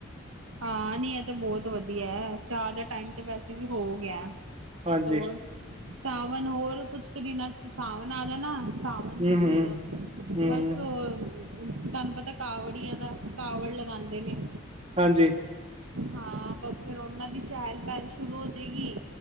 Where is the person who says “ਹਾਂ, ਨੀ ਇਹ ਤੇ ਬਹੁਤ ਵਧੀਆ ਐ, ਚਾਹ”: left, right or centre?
Right